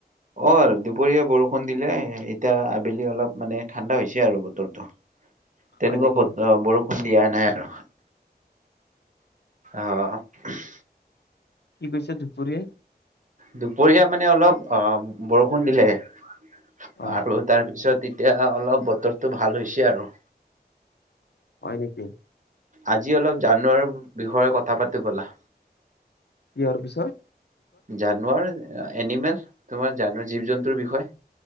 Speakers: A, on the right; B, on the left.
A: অ' দুপৰীয়া বৰষুণ দিলে, এতিয়া আবেলি অলপ মানে ঠাণ্ডা হৈছে আৰু বতৰটো। তেনেকুৱা
B: হয় নেকি
A: বত বৰষুণ দিয়া নাই আৰু। অ'।
B: কি কৈছে দুপৰীয়া।
A: দুপৰীয়া মানে অলপ অ বৰষুণ দিলে। আৰু
B: হয়
A: তাৰপিছত এতিয়া অলপ বতৰটো ভাল হৈছে আৰু।
B: হয় নেকি।
A: আজি অলপ জানোৱাৰৰ বিষয়ে কথা পাতো ব'লা।
B: কিহৰ বিচয়।
A: জানুৱাৰ এনিমেল। তোমাৰ জানো জীৱ জন্তুৰ বিষয়ে